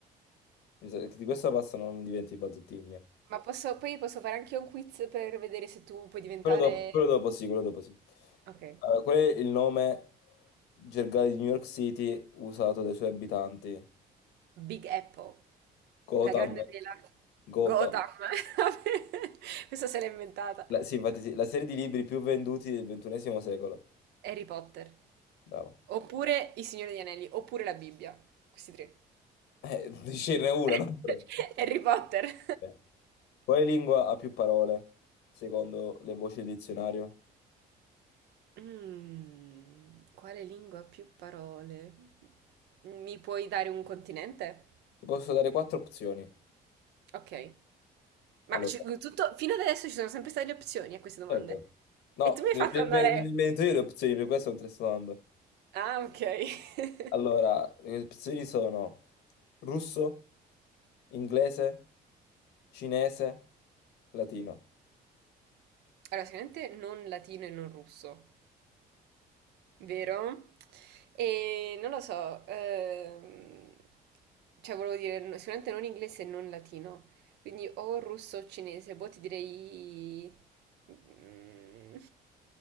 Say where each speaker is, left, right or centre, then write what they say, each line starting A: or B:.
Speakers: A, on the left; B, on the right.
A: Mi sa che di questa passa non diventi balzottini. eh.
B: Ma posso, poi posso fare anche un quiz per vedere se tu puoi diventare...
A: Quello dopo, quello dopo sì, quello dopo sì.
B: Ok.
A: Allora, qual è il nome gergale di New York City usato dai suoi abitanti?
B: Big Apple.
A: Gotham.
B: La grande vela.
A: Gotham.
B: Gotham. <laughs> Questa se l'ha inventata.
A: La- sì, infatti sì, la serie di libri più venduti del ventunesimo secolo.
B: Harry Potter.
A: Bravo.
B: Oppure Il Signore degli Anelli. Oppure la Bibbia. Questi tre.
A: Eh, <laughs> ce n'è una, non
B: <laughs>
A: tre.
B: Harry Potter. <laughs>
A: Eh. Quale lingua ha più parole, secondo le voci del dizionario?
B: Mm, quale lingua ha più parole? Mi puoi dare un continente?
A: Ti posso dare quattro opzioni.
B: Ok. Ma
A: Allora,
B: ci- tutto, fino ad adesso ci sono sempre state le opzioni a queste domande.
A: certo. No,
B: E tu mi hai
A: me
B: fatto
A: me-
B: andare...
A: me- me ne invento io le opzioni, per questo non te le sto dando.
B: Ah, ok. <laughs>
A: Allora, le opzioni sono russo, inglese, cinese, latino.
B: Allora, sicuramente non latino e non russo, vero? E non lo so, ehm, cioè volevo dire, no- sicuramente non inglese e non latino. Quindi o russo o cinese, boh, ti direi... mm,